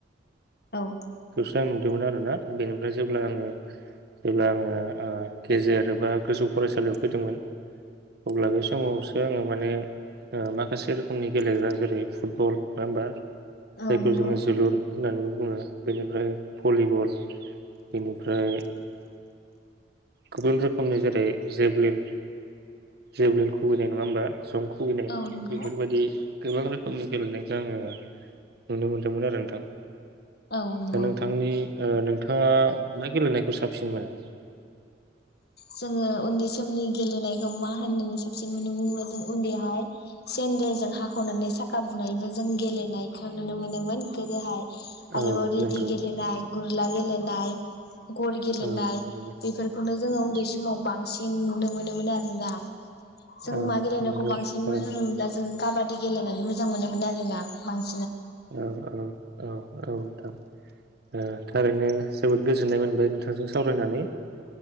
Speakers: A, on the left (about 60°); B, on the right (about 60°).
A: औ
B: सो आं नुदोंमोन आरोना। बेनिफ्राय जेब्ला आङो जेब्ला आङो गेजेर एबा गोजौ फरायसालियाव फैदोंमोन अब्ला बे समावसो आङो माने माखासे रोखोमनि गेलेग्रा जेरै फुटबल नङा होमबा
A: औ
B: जायखौ
A: नंगौ
B: जोङो जोलुर होननानै बुङो बेनिफ्राय भलिबल, बेनिफ्राय गुबुन रोखोमनि जेरै जेभलिन जेभलिन खुुबैनाय नङा होमबा जं खुबैनाय
A: औ नंगौ
B: बेफोरबायदि गोबां रोखोम नि गेलेनायखौ आङो नुनो मोन्दोंमोन आरो नोंथां।
A: औ नंगौ
B: दा नोंथांनि ओ नों नोंथाङा मा गेलेनायखौ साबसिन मोनो।
A: जोङो उन्दै समनि गेलेनायखौ मा होननानै साबसिन मोनो <unintelligible> सेन्देल जों हाखावनानै साखा बुनाय आरो जों गेलेनायखौ नुनो मोनोमोन गोदोहाय। आरो
B: औ
A: रेदि
B: नंगौ
A: गेलेनाय। गुरला गेलेनाय गल गेलेनाय
B: औ थारैनो
A: बेफोर जोङो
B: औ
A: उन्दै समावबा बांसिन नुनो मोनोमोन आरोना। जों
B: औ
A: मा गेलेनायखौ
B: नंगौ
A: बांसिन
B: थारैनो
A: मोन होनोमोनब्ला जों काबादि गेलेनानै मोजां मोनोमोन आरोना बांसिन।
B: औ-औ-औ-औ ओ थारैनो जोबोद गोजोननाय मोनबाय नोंथांजों सावरायनानै।